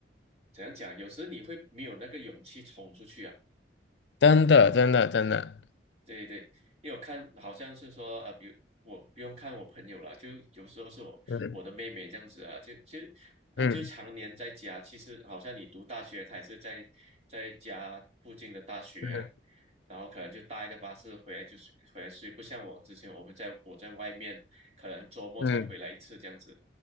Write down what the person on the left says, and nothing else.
真的，真的，真的，
嗯
嗯
嗯
嗯